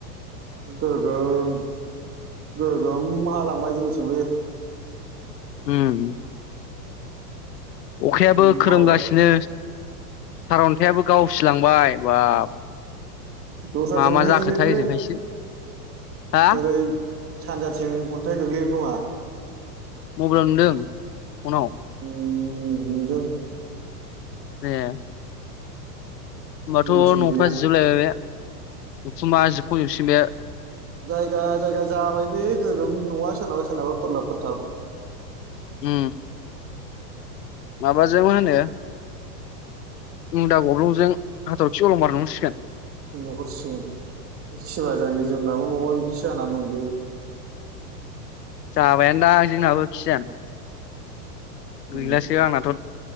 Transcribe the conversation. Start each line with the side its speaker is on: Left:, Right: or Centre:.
Right: गोगोम गोगोम हालांबाय जोंनिथिंबो
Left: उम अखायाबो
Right: ओमफ्राय
Left: खोरोमगासिनो सारअन्थायाबो गावसिलांबाय बाब
Right: दस्राथिं
Left: मा मा
Right: अन्थाइ
Left: जाखोथाय
Right: गोग्लैदोंलै
Left: ओजोंहायसो हा
Right: ओरै सानजाथिं अन्थाइ गोग्लैदों खोमा
Left: मबाइलाव नुदों फनाव
Right: नुदों
Left: ए होमबाथ'
Right: जोंनिथिं
Left: न'फ्रा
Right: गैया
Left: जिजोबलायबाय बे उखुमा जिब <unintelligible> बे
Right: जायगा जायगा जाबाय बे गोगोम नङा सोरनाबा सोरनाबा फोरलाबफोरथाब
Left: उम माबाजोंबो होनो मुन्दा गब्लंजों हाथरखि अलं बारहरसिगोन
Right: नुहरसिगोन सिमा जानि
Left: उम
Right: जोंनाबो न'आव बिदि <unintelligible>
Left: जाबाय दा जोंनाबो खिया
Right: उम
Left: गैलासो आंनाथ'